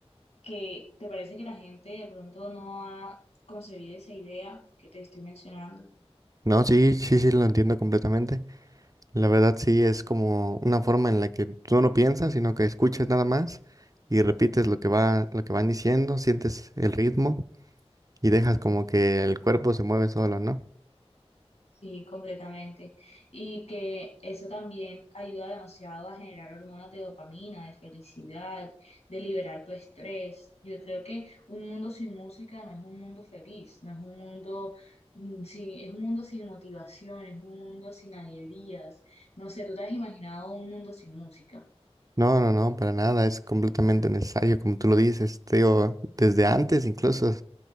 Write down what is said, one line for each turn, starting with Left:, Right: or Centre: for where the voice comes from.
Left: que, te parece que la gente de pronto no ha concebido esa idea que te estoy mencionando?
Right: no, sí, sí, sí, lo entiendo completamente. La verdad sí es como una forma en la que tú no piensas, sino que escuchas nada más y repites lo que va, lo que van diciendo, sientes el ritmo y dejas como que el cuerpo se mueve solo, ¿no?
Left: Sí, completamente. Y que eso también ayuda demasiado a generar hormonas de dopamina, de felicidad, de liberar tu estrés. Yo creo que un mundo sin música no es un mundo feliz, no es un mundo, mm, sí, es un mundo sin motivación, es un mundo sin alegrías. No sé, ¿tú te has imaginado un mundo sin música?
Right: No, no, no, para nada, es completamente necesario, como tú lo dices, te digo, desde antes incluso,